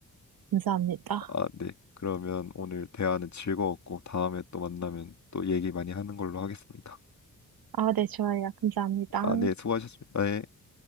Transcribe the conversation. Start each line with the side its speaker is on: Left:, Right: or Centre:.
Right: 감사합니다.
Left: 아, 네, 그러면 오늘 대화는 즐거웠고, 다음에 또 만나면 또 얘기 많이 하는 걸로 하겠습니다.
Right: 아, 네, 좋아요. 감사합니다.
Left: 아, 네, 수고하셨습니다. 네.